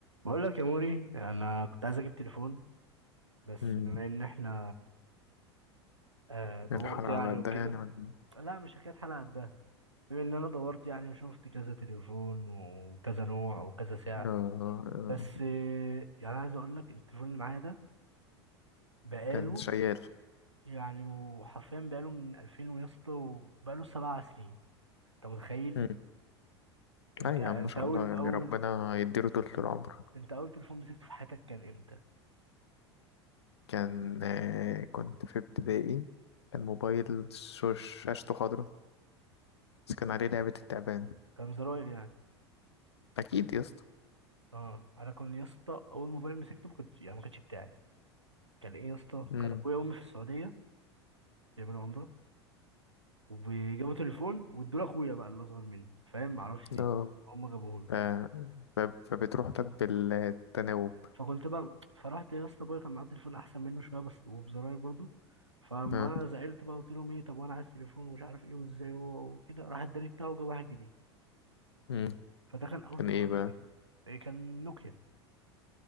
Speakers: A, on the right; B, on the left.
A: بقول لك يا موري انا كنت عايز اجيب تليفون بس
B: مم.
A: بما ان احنا آه، دورت
B: الحلقة
A: يعني
B: على قدها
A: وكده
B: يعني عن-
A: لا مش حكايه حلقه قدها بما ان انا دورت يعني وشفت كذا تليفون وكذا نوع وكذا سعر
B: آه، آه،
A: بس آه، يعني عايز اقول لك التليفون اللي معايا ده بقاله
B: كان شيال
A: يعني وحرفيا بقاله من 2000 ويا اسطى وبقاله سبع سنين انت متخيل
B: مم.
A: انت
B: لا يا
A: انت
B: عم ما شاء
A: اول
B: الله يعني
A: اول
B: ربنا يديله طول العمر
A: انت اول تليفون مسكته في حياتك كان امتى
B: كان آه، كنت في ابتدائي كان موبايل شو- شاشته خضرا بس كان عليه لعبة التعبان
A: كان زراير يعني
B: أكيد يا اسطى
A: اه انا كنت يا اسطى اول موبايل مسكته ما كنتش يعني ما كانش بتاعي كان ايه يا اسطى
B: مم.
A: كان اخويا وامي في السعوديه بيعملوا عمره وجابوا تليفون وادوا لاخويا بقى اللي اصغر مني فاهم معرفش ليه
B: آه،
A: هم جابوه له
B: ف... ف... فبتروح لك بالتناوب
A: فكنت بقى فرحت يا اسطى ابويا كان معاه تليفون احسن منه شويه بس وبزراير برضه فلما
B: آه.
A: انا زعلت بقى قلت لهم ايه طب وانا عايز تليفون ومش عارف ايه وازاي هو وكده راح اداني بتاعه وجاب واحد جديد
B: مم.
A: فده كان اول
B: كان
A: تليفون
B: ايه بقى
A: امسكه إيه كان نوكيا